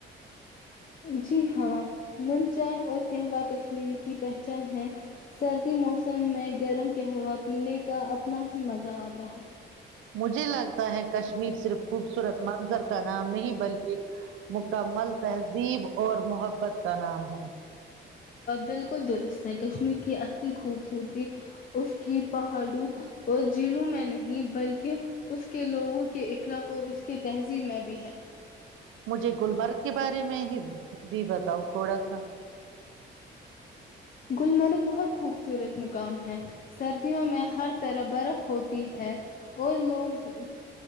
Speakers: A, on the left; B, on the right.
A: جی ہاں نون چائے اور قہوہ کشمییر کی پہچان ہے سردی موسم میں گرم قہوہ پینے کا اپنا ہی مزہ آتا ہے
B: مجھے لگتا ہے کش کشمیر صرف خوبصورت منظر کا نام نہیں بلکہ مکمل تہذیب اور محبت کا نام ہے
A: بل کو دور ہے کشمیر، کی اصل۔ خوبصورتی اسکی پہاڑو یا جلو میں نہیں بل دو۔ کے اسے لوگو، کے اکنا کو۔ اسکے تہی میں بھی ہے
B: مجھے گللمرگ کے بارے میں ہی بھی بتاؤ تھوڑا سا
A: گلمرگ بہت خوبصورت مقام ہے سردیوں میں ہر طرح برف ہوتی ہے اور لوگ